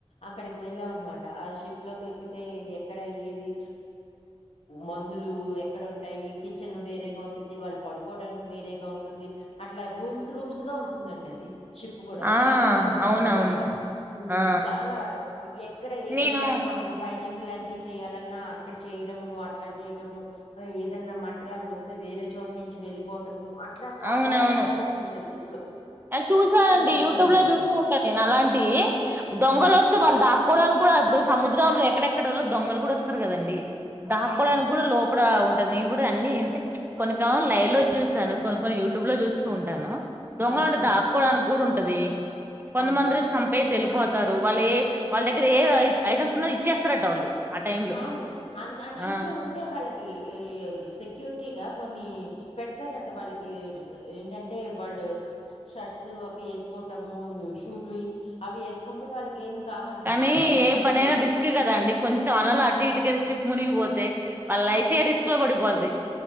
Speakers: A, on the left (about 75°); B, on the right (about 20°).
A: అక్కడికి వెళ్ళాం అనమాట ఆ షిప్ లోకి ఎక్కితే ఎక్కడ ఏది మందులు ఎక్కడ ఉంటాయి కిచెన్ వేరేగా ఉంటుంది వాళ్ళు పడుకోడానికి వేరేగా ఉంటుంది అట్లా రూమ్స్ రూమ్స్ గా ఉంటుందండి అది షిప్ కూడా
B: ఆ
A: చాలా పెద్దది
B: అవునవును
A: అనమాట
B: ఆ
A: చాలా ఎక్కడ ఏదన్నా
B: నేను
A: మనం ఫైరింగ్ లాంటి చేయాలన్నా అక్కడ చేయడము అట్లా చేయటము ఏదన్నా మంటలాగా వస్తే వేరే చోటు నుంచి వెళ్ళిపోవటము అట్లా చాలా
B: అవునవును
A: రక ఉండ చెట్లు
B: చూసానండి
A: ఒక అతను
B: యూట్యూబ్
A: ఉన్నాడు
B: లో చూస్తూ
A: అనమాట
B: ఉంటాను నేను అలాంటివి దొంగలు
A: ఆ
B: వస్తే వాళ్ళు దాక్కోవడానికి కూడా ఇప్పుడు సముద్రంలో లే ఎక్కడెక్కడ వాళ్ళ దొంగలు కూడా వస్తారు కదండి దాకోడానికి
A: అవును
B: కూడా లోపల ఉంట నేను కూడా అన్ని అంటే కొన్నికం లైవ్ లో చూసాను కొను కొని యూట్యూబ్ లో చూస్తూ ఉంటాను దొంగలు
A: ఆ
B: ఉే దాక్కకోడానికి కూడా ఉంటే అది కొంద
A: అవును
B: మంద్రి చంపే సళ్పోతారు వాళ్ళ ఏ వాళ్ళ దగ్గర ఏ ఐటమ్స్ ఉన్నాో ఇచ్చేస్తారట వాళ్ళు ఆ టైమ్ లో
A: అవును అ అండ్ షిప్
B: ఆ
A: లో ఉంటే వాళ్ళకి సెక్యూరిటీగా కొన్ని పెడతారట వాళ్ళకి ఏంటంటే వాళ్ళు షర్ట్స్ అవి వేసుకో ము సూట్వి అవి వేసుకుంటే వాళ్ళకి ఏం కావంట
B: కానీ
A: డ్రై
B: ఏ పనైయినా రిస్క్ కదా అండి కొంచెం అలలా ఇటుక షిప్ మునిగిపోతే వాళ్ళ లైఫే రిస్క్ లో పడిపోతుది